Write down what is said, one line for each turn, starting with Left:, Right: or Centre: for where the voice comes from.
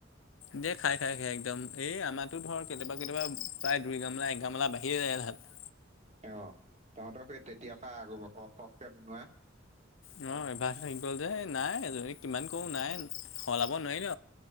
Left: দে খাই, খাই, খাই, একদম এই আমাৰটো ধৰ কেতিয়াবা-কেতিয়াবা প্ৰায় দুইঘামলা একঘামেলা বাঢ়িয়ে যায় ভাত।
Right: অ', তহঁতৰ সেই তেতিয়াৰ পৰা আগৰ সৰহ-সৰহকে বনোৱা।
Left: অ', অভ্যাৰ থাকি গ'ল যে, নাই এইজনীক কিমান কওঁ নাই সলাব নোৱাৰিলোঁ।